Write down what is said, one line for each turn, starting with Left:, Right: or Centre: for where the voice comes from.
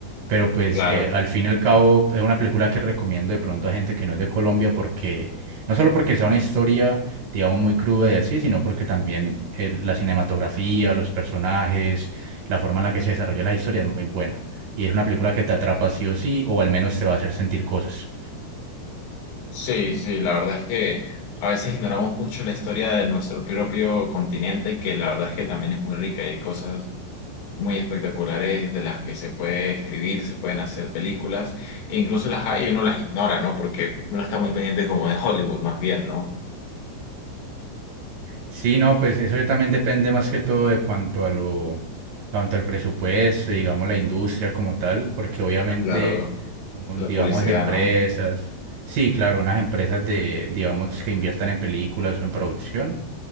Right: Pero pues
Left: claro.
Right: eh, al fin y al cabo es una película que recomiendo de pronto a gente que no es de Colombia porque no solo porque sea una historia, digamos, muy cruda y así, sino porque también eh, la cinematografía, los personajes, la forma en la que se desarrolla la historia es muy buena. Y es una película que te atrapa sí o sí, o al menos te va a hacer sentir cosas.
Left: Sí, sí, la verdad es que a veces ignoramos mucho la historia de nuestro propio continente, que la verdad es que también es muy rica y hay cosas muy espectaculares de las que se puede escribir, se pueden hacer películas, e incluso las hay y uno las ignora, ¿no? Porque uno está muy pendiente como de Hollywood, más bien, ¿no?
Right: Sí, no, pues eso ya también depende más que todo de cuanto a lo, cuanto al presupuesto, digamos, la industria como tal, porque obviamente,
Left: Claro,
Right: como,
Left: la
Right: digamos,
Left: publicidad,
Right: empresas,
Left: ¿no?
Right: sí, claro, unas empresas de, digamos, que inviertan en películas o en producción,